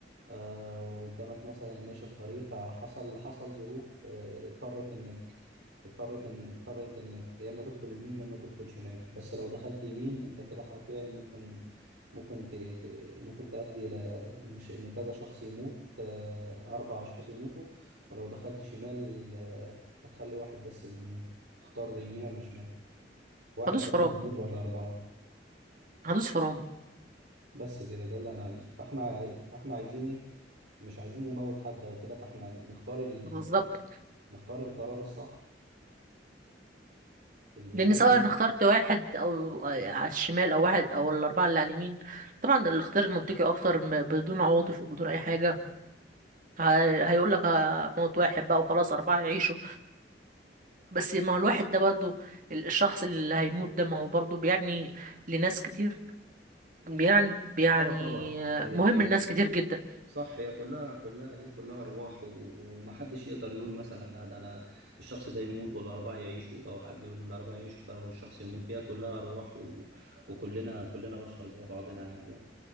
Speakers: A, on the right; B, on the right.
A: آه، وقدامك مثلا ماشي في طريق فحصل حصل ظروف آه، اضطرت انك اضطرت ان اضطرت انك يا اما تدخل يمين يا اما تدخل شمال بس لو دخلت يمين انت كده حرفيا ممكن ممكن ت... ت- ممكن تؤدي الى ان ش... ان كذا شخص يموت آه، اربع اشخاص يموتوا ولو دخلت شمال آه، هتخلي واحد بس اللي يموت تختار يمين ولا شمال واحد
B: هدوس
A: بس
B: فرامل
A: اللي يموت ولا اربعه
B: هدوس فرامل
A: بس كده ده اللي انا عايزه فاحنا عاي- فاحنا عايزين ايه مش عايزين نموت حد او كده فاحنا نختار ال...
B: بالظبط
A: نختار القرار الصح اللي
B: لان
A: يخلي
B: سواء انا اخترت واحد او على الشمال او واحد او الاربعه اللي على اليمين طبعا الاختيار المنطقي اكتر م- بدون عواطف وبدون اي حاجه ه- هيقول لك موت واحد بقى وخلاص اربعه يعيشوا بس ما هو الواحد ده برضو ال- الشخص اللي هيموت ده ما هو برضو بيعني لناس كتير بيعني بيعني
A: اه طبعا هي
B: مهم لناس
A: هي-
B: كتير جدا
A: صح هي كلها كلها هي كلها ارواح و- ومحدش يقدر يقول مثلا لا ده انا الشخص ده يموت والاربعه يعيشوا او حد يقول الاربعه يعيشوا فالشخص يموت هي كلها ارواح و... وكلنا كلنا بشر زي بعضنا عادي يعني